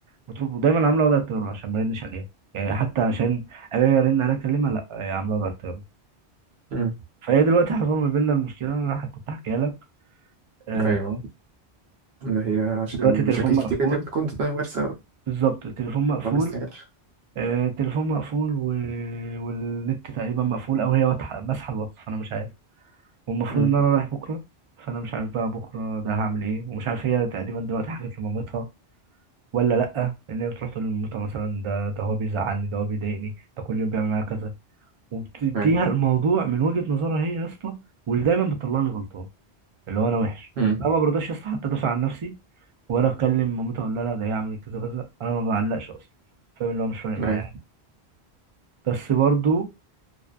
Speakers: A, on the right; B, on the right.
A: بتطلب ودايما عامله وضع الطياره عشان ما ارنش عليها يعني حتى عشان اجي ارن عليها اكلمها لا هي عامله وضع الطياره
B: مم.
A: فهي دلوقتي حصل ما بيننا المشكله اللي انا كنت احكيها لك آه،
B: ايوه اللي هي عشان
A: دلوقتي
B: مشاكل
A: التليفون مقفول
B: كتير اللي بتكون غير سبب
A: بالظبط التليفون مقفول
B: فما يستاهلش
A: آه، التليفون مقفول و... والنت تقريبا مقفول او هي واضحه ماسحه الواتس فانا مش عارف والمفروض
B: مم.
A: ان انا رايح بكره فانا مش عارف بقى بكره ده هعمل ايه ومش عارف هي تقريبا دلوقتي حكت لمامتها ولا لأ إن هي بتروح تقول لمامتها مثلا ده ده هو بيزعلني ده هو بيضايقني ده كل يوم بيعمل معايا كذا وبتنهي
B: ايوه
A: الموضوع من وجهة نظرها هي يا اسطى واللي دايما بتطلعني غلطان اللي هو أنا وحش
B: مم.
A: أنا ما برضاش يا اسطى حتى أدافع عن نفسي ولا أتكلم مامتها أقول لها لا ده هي عملت كذا كذا أنا ما بعلقش أصلا فاهم اللي هو مش فارق معايا
B: ايوه
A: يعني بس برضو